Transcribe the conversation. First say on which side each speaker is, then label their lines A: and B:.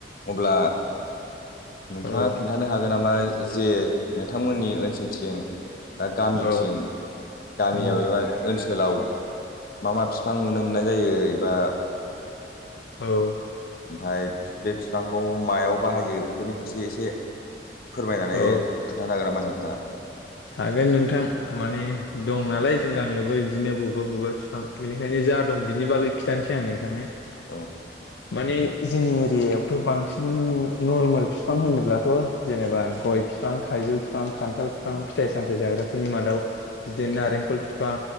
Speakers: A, on the left (about 55°); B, on the left (about 75°).
A: अब्ला नोंथाङा
B: औ
A: खोन्थानो हागोन नामा जे नोंथांमोननि ओनसोलथिं बा गामिथिं
B: औ
A: गामियाव
B: उम
A: एबा ओनसोलाव मा मा बिफां नुनो मोननाय जायो एबा
B: औ
A: ओमफाय बे फिफांखौ मायाव बाहायो बेफोरनि फारसे एसे फोरमायनानै
B: औ
A: खोनथानो हागोन नामोन नोंथाङा?
B: हागोन नोंथां माने दं
A: औ
B: नालाय जों गामियावबो बिदिनो बबे बबेबा बिफां बेनिखायनो जा दं बिनि बागै खिथानोसै आं नोंथांनो।
A: औ
B: माने जोंनि एरियायावथ' बांसिन नरमेल फिफां होनोब्लाथ' जेनेबा गय फिफां फिफां थाइजौ फिफां खान्थाल फिफां
A: औ
B: फिथाइ सामथाय जाग्राफोरनि मादाव बिदिनो नारेंखल फिफां